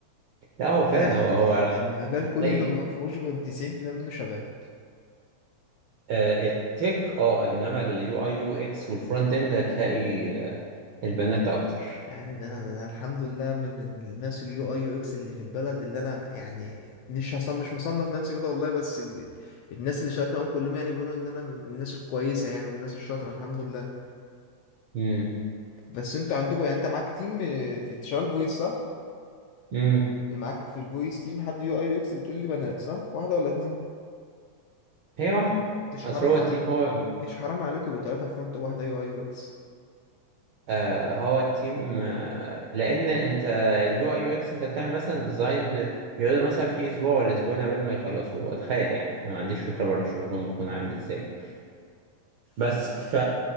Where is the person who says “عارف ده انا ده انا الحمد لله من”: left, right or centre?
Left